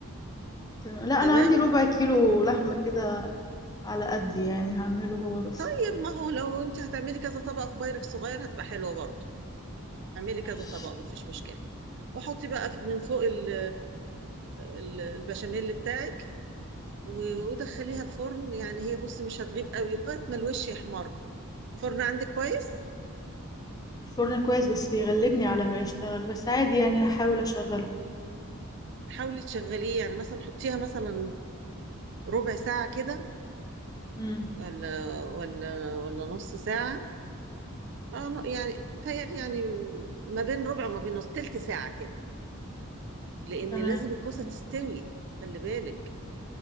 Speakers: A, on the left; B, on the right.
A: تمام. لا
B: تمام
A: أنا عندي ربع كيلو لحمة كده على قد يعني هعمله هو بس
B: طيب ما هو لو انت هتعملي كذا طبقه في بايركس صغير هتبقى حلوه برضو اعملي
A: ماشي
B: كذا طبقه مفيش مشكله وحطي بقى في- من فوق ال- ال- البشاميل بتاعك و- ودخليها الفرن يعني هي بصي مش هتغيب قوي لغايه ما الوش يحمر فرن عندك كويس
A: الفرن كويس بس بيغلبني على ما يشتغل بس عادي يعني هحاول أشغله
B: حاولي تشغليه يعني مثلا حطيها مثلا ربع ساعة كده
A: امم
B: ولا ولا ولا نص ساعة اه لا، يعني متهيألي يعني ما بين ربع وما بين نص تلت ساعة كده لأن
A: تمام
B: لازم الكوسة تستوي خلي بالك